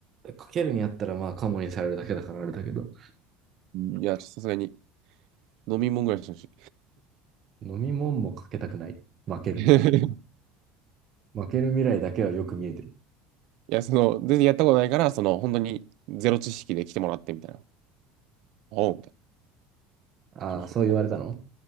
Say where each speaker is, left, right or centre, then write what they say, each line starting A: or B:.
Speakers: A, on the right (about 30°); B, on the right (about 55°).
A: かけるんやったらまあカモにされるだけだからあれだけど、
B: いや、ちょっとさすがに飲み物ぐらいしてほし
A: 飲み物もかけたくない。負ける。
B: い。<laughs>
A: 負ける未来だけはよく見えてる。
B: いや、その、全然やったことないから、その、本当にゼロ知識で来てもらってみたいな。おう、みたいな。
A: ああ、
B: そうそう。
A: そう言われたの